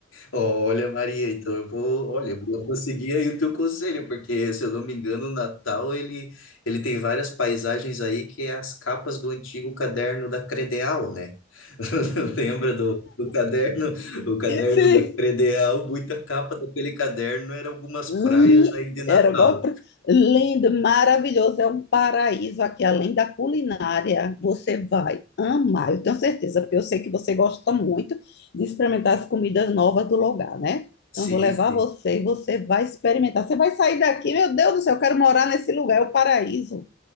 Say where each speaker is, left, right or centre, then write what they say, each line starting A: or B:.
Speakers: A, on the left; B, on the left.
A: Olha, Maria, então eu vou, olha, eu vou vou seguir aí o teu conselho, porque se eu não me engano, o Natal ele, ele tem várias paisagens aí que é as capas do antigo caderno da Credeal, né? <laughs> Lembra do, do caderno, o caderno
B: Sim.
A: da Credeal, muita capa daquele caderno era algumas
B: Hum,
A: praias aí de Natal.
B: Era igual... pra- lindo, maravilhoso. É um paraíso aqui, além da culinária. Você vai amar, eu tenho certeza, porque eu sei que você gosta muito de experimentar as comidas novas do lugar, né?
A: Sim,
B: Então, eu vou levar
A: sim.
B: você e você vai experimentar. Você vai sair daqui, meu Deus do céu, eu quero morar nesse lugar, é o paraíso.